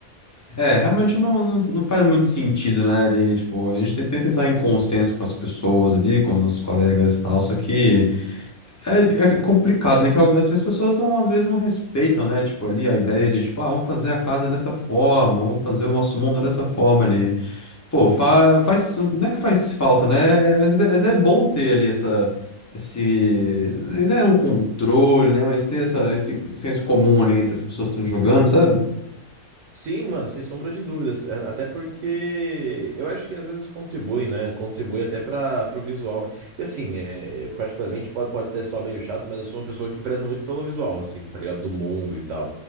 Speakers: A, on the left; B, on the right.
A: É, realmente não, não, não faz muito sentido, né? Ali, tipo, a gente tem que tentar entrar em consenso com as pessoas ali, com os nossos colegas e tal, só que. É, é complicado, né? Que às vezes as pessoas não, às vezes não respeitam, né? Tipo, ali a ideia de, tipo, ah, vamos fazer a casa dessa forma, vamos fazer o nosso mundo dessa forma ali. Pô, fa faz, não é que faz falta, né? Às vezes é, às vezes é bom ter ali essa, esse, não é um controle, né? Mas ter essa, esse senso comum ali entre as pessoas que estão jogando, sabe?
B: Sim, mano, sem sombra de dúvidas. É, Até porque eu acho que às vezes contribui, né? Contribui até para o visual. Que assim, é, particularmente pode, pode até soar meio chato, mas eu sou uma pessoa que preza muito pelo visual, assim, tá ligado? Do mundo e tal.